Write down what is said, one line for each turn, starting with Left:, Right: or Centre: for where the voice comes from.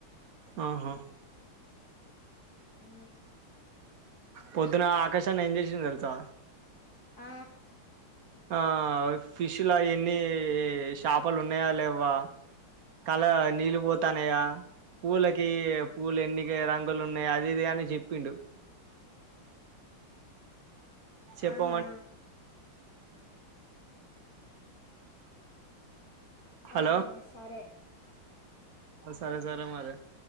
Right: ఆహా
Left: అ
Right: పొద్దున ఆకాష్ అన్న ఏం చేసిండు తెలుసా
Left: ఆ
Right: ఆ ఫిష్ ఎన్ని షాపాలు ఉన్నాయా లేవా కళ నీళ్ళు పోత ంటనయ పూలేకి పూలే ఎన్నిక రంగ లు ఉన్నాయి అదిదిే అని చెప్పిండు అ చెప్పమంట
Left: ఆహా అ
Right: హలో
Left: ఆహా సరే
Right: సరే సరే మరి